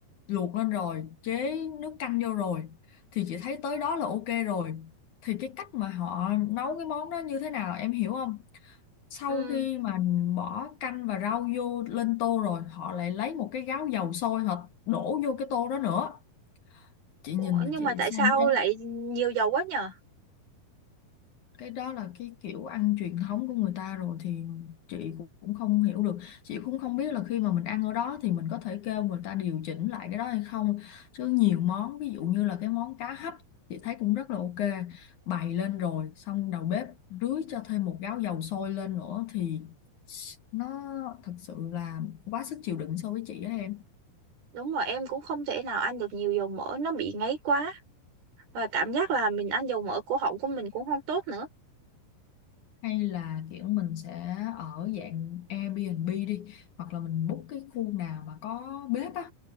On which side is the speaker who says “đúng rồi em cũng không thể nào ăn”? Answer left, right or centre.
Right